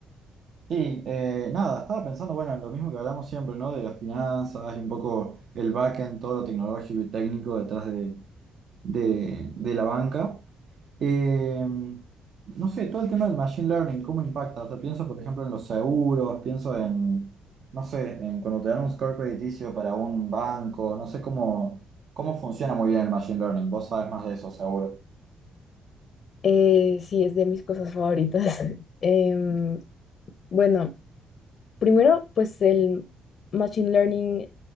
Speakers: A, on the right; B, on the left.
A: Sí, eh, nada, estaba pensando, bueno, en lo mismo que hablamos siempre, ¿no? De las finanzas y un poco el backend, todo lo tecnológico y técnico detrás de, de- de la banca. Eh, no sé, todo el tema del machine learning, ¿cómo impacta? O sea, pienso, por ejemplo, en los seguros, pienso en, no sé, en cuando te dan un score crediticio para un banco, no sé cómo, cómo funciona muy bien el machine learning, vos sabes más de eso, seguro.
B: Eh, sí, es de mis cosas favoritas. <laughs> Em, bueno, primero, pues el Machine Learning